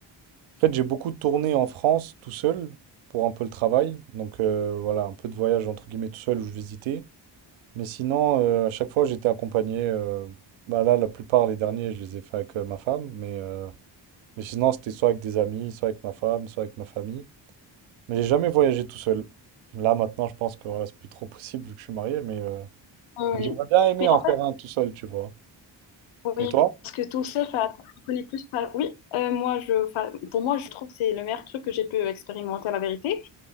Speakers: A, on the right; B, on the left.
A: fait, j'ai beaucoup tourné en France tout seul pour un peu le travail. Donc euh, voilà, un peu de voyage entre guillemets tout seul où je visitais. Mais sinon, euh, à chaque fois, j'étais accompagné. euh, Bah là, la plupart, les derniers, je les ai fait avec euh, ma femme. Mais, euh, mais sinon, c'était soit avec des amis, soit avec ma femme, soit avec ma famille. Mais j'ai jamais voyagé tout seul. Là, maintenant, je pense que voilà, c'est plus trop possible vu que je suis marié, mais. euh,
B: Oui.
A: mais J'aurais bien aimé
B: Mais
A: en
B: en
A: faire un tout seul, tu vois.
B: Oui,
A: Et toi?
B: parce que tout ça, enfin, tu connais plus. enfin, oui, euh, moi, je, enfin, pour moi, je trouve que c'est le meilleur truc que j'ai pu expérimenter, la vérité.